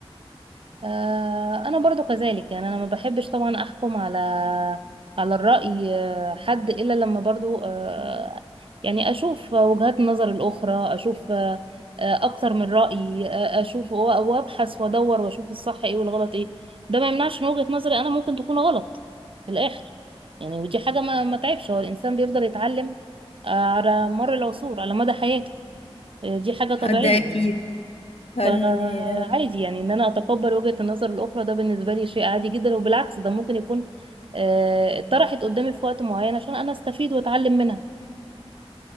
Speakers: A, on the right; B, on the left.
A: آه، انا برضو كذلك يعني انا ما بحبش طبعا احكم على على الرأي آه، حد الا لما برضو آه، يعني اشوف وجهات النظر الاخرى اشوف آه، آه، اكتر من رأي آه، اشوف و- وابحث وادور واشوف الصح ايه والغلط ايه ده ما يمنعش ان وجهة نظري انا ممكن تكون غلط في الاخر يعني ودي حاجة ما ما تعبش هو الانسان بيفضل يتعلم آه، على مر العصور على مدى حياته آه، دي حاجة طبيعية
B: آه، ده اكيد آه، يعني
A: فعادي يعني ان انا اتقبل وجهة النظر الاخرى ده بالنسبة لي شيء عادي جدا وبالعكس ده ممكن يكون آه، اتطرحت قدامي في وقت معين عشان انا استفيد واتعلم منها